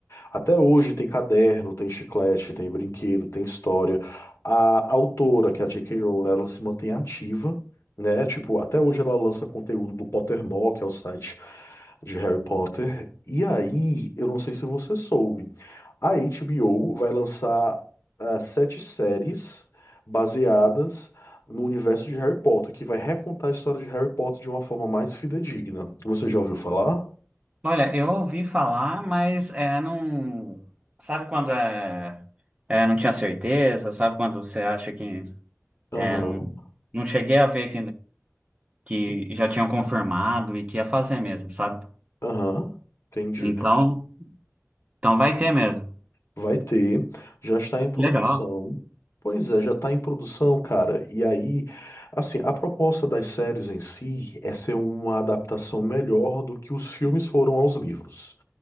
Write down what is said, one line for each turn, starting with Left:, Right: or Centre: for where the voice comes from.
Left: Até hoje tem caderno, tem chiclete, tem brinquedo, tem história. A autora, que é a J.K. Rowling, ela se mantém ativa, né? Tipo, até hoje ela lança conteúdo do Pottermore, que é o site de Harry Potter. E aí, eu não sei se você soube. A HBO vai lançar ah, sete séries baseadas no universo de Harry Potter, que vai recontar a história de Harry Potter de uma forma mais fidedigna. Você já ouviu falar?
Right: Olha, eu ouvi falar, mas é, não. Sabe quando é, é, não tinha certeza? Sabe quando você acha que.
Left: Aham,
Right: É, não, não cheguei a ver que já tinham confirmado e que ia fazer mesmo, sabe?
Left: aham, entendi.
Right: Então, então vai ter mesmo.
Left: Vai ter, já está em produção.
Right: Legal.
Left: Pois é, já está em produção, cara. E aí, assim, a proposta das séries em si é ser uma adaptação melhor do que os filmes foram aos livros.